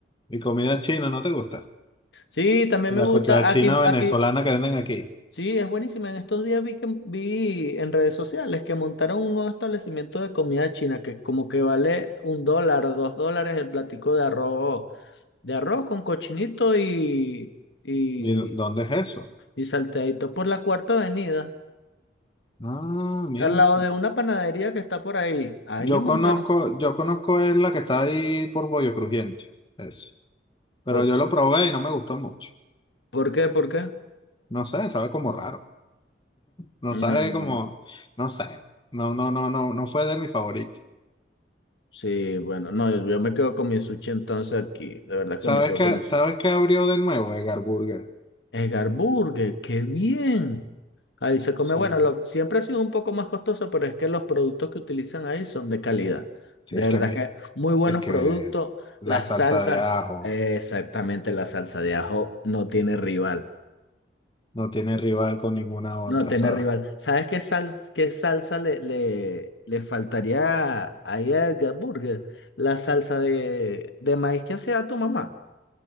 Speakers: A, on the left; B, on the left.
A: ¿Y comida china no te gusta?
B: Sí, también me
A: La,
B: gusta.
A: co-
B: Aquí,
A: china
B: aquí,
A: venezolana que venden aquí.
B: sí, es buenísima. En estos días vi que vi en redes sociales que montaron un nuevo establecimiento de comida china que como que vale un dólar, dos dólares el platico de arroz de arroz con cochinito y, y,
A: ¿Y dónde es eso?
B: y salteadito por la Cuarta Avenida,
A: Ah, mira.
B: al lado de una panadería que está por ahí. Ahí
A: Yo
B: montaron.
A: conozco, yo conozco es la que está ahí por Pollo Crujiente, eso. Pero
B: ¿Por,
A: yo lo probé y no me gustó mucho.
B: por qué? ¿Por qué?
A: No sé, sabe como raro. No
B: Mm,
A: sabe como, no sé. No, no, no, no, no fue de mi favorito.
B: sí, bueno, no, yo, yo me quedo con mi sushi entonces aquí. De verdad
A: ¿Sabes
B: que me quedo
A: qué,
B: con mi sushi.
A: sabes qué abrió de nuevo Edgar Burger?
B: Edgar Burger, qué bien. Ahí se come,
A: Sí.
B: bueno, lo- siempre ha sido un poco más costoso, pero es que los productos que utilizan ahí son de calidad.
A: Sí,
B: De
A: es
B: verdad
A: que mi-
B: que muy buenos
A: es que
B: productos.
A: la
B: La
A: salsa
B: salsa,
A: de ajo
B: eh, exactamente, la salsa de ajo no tiene rival.
A: no tiene rival con ninguna otra,
B: No tiene
A: ¿sabes?
B: rival. ¿Sabes qué, sal, qué salsa le, le, le faltaría ahí a Edgar Burger? La salsa de, de maíz que hacía tu mamá.